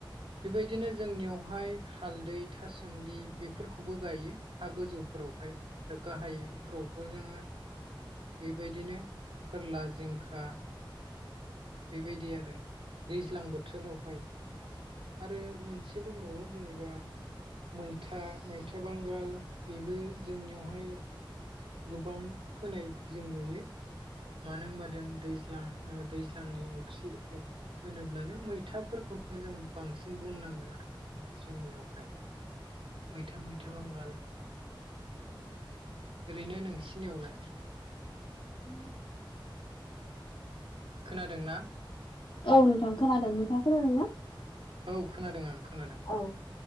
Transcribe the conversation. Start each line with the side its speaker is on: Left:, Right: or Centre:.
Right: बेबायदिनो जोंनियावहाय हालदै था सोमलि बेफोरखौबो गायो हा गोजौफोरावहाय आरो गाहायफोरावथ' जोङो बेबायदिनो फोरला जिंखा बेबायदि आरो दैज्लां बोथोरावहाय। आरो मोनसे दंबावो जेनेबा मैथा मैथा बांगाल बेबो जोंनियावहाय गोबां फोनाय जों नुयो मानो होनबा जों दैज्लां दैज्लांनि ओंख्रि होनोब्ला जों मैथाफोरखौनो जों बांसिन बुंनांगोन आरोखि जोंनियावहाय मैथा मैथा बांगाल
Left: <inaudible>
Right: ओरैनो नोंसिनियावलाय?
Left: <inaudible>
Right: खोनादोंना?
Left: औ नोंथां खोनादों नोंथाङा खोनादों ना?
Right: औ खोनादों आं खोनादों
Left: औ